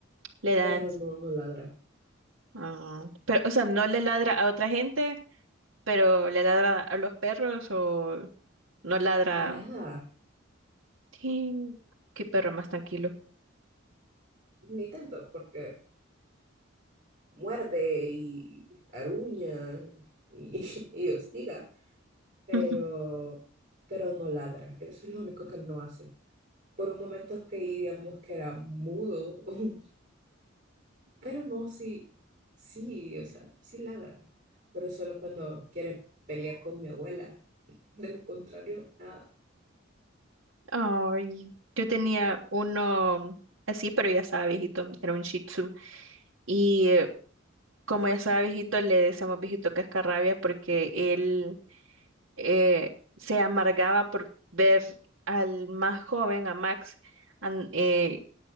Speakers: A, on the right (about 70°); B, on the right (about 40°).
A: le dan...
B: Pero no, no ladra.
A: ah, Pero, o sea, no le ladra a otra gente, pero le ladra a los perros o no ladra
B: A nada.
A: Sí, qué perro más tranquilo.
B: Ni tanto, porque muerde y aruña y, <laughs> y hostiga, pero,
A: <laughs>
B: pero no ladra. Eso es lo único que no hace. Por un momento que digamos que era mudo, <laughs> pero no, sí, sí, o sea, sí ladra, pero solo cuando quiere pelear con mi abuela. De lo contrario, nada.
A: Ay, yo tenía uno así, pero ya estaba viejito, era un Shih Tzu. Y eh, como ya estaba viejito, le decíamos viejito cascarrabia porque él eh, se amargaba por ver al más joven, a Max, an- eh,